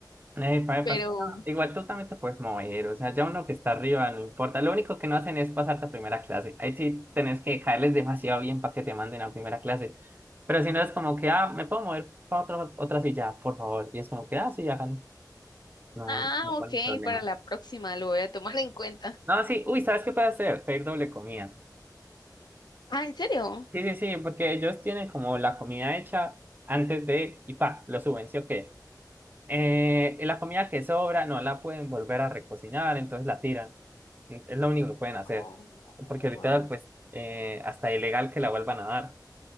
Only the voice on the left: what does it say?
Pero,
ah,
ok,
para la próxima lo voy a tomar en cuenta.
Ah, ¿en serio?
Oh,
wow.